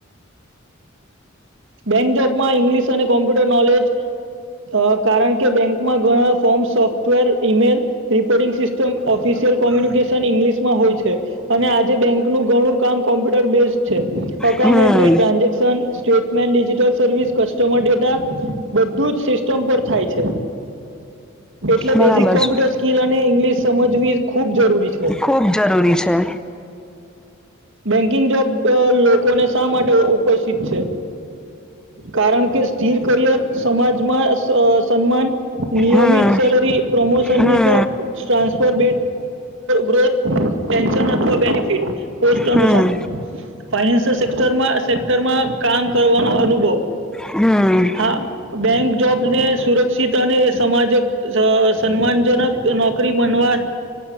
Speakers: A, on the right; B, in the centre.
A: બેંક જોબ માં ઇંગ્લિશ અને કોમ્પ્યુટર નોલેજ આ કારણ કે બેંકમાં ઘણા form software email reporting system official communication ઇંગ્લિશમાં હોય છે. અને આજે બેંકનું ઘણું કામ કોમ્પ્યુટર બેઝડ છે અકાઉન્ટ
B: હમ
A: entry transaction state digital service customer data બધું જ સિસ્ટમ પર થાય છે એટલે
B: બરાબર
A: બેઝિક કોમ્પ્યુટર
B: છે.
A: સ્કીિલ અને ઈંગ્લિશ સમજવી ખુબ જરૂરી છે
B: ખૂબ જરૂરી છે.
A: બેન્કિંગ જોબ આ લોકોને શા માટે ઉપસ્થિત છે. કારણ કે સ્થિર કરિયર સમાજમાં આ સન્માન નિયમિત
B: હમ
A: સેલરી પ્રમોશનની
B: હમ
A: તક transfer growth pension benefit. Post અનુસાર
B: હમ
A: ફાઈનાન્સલ સેર સેક્ટરમાં કામ. કરવાનો અનુભવ
B: હમ
A: હા. બેંક જોબ્ ને સુરક્ષિત અને સમાજક સન્માનજનક નોકરી બનવા.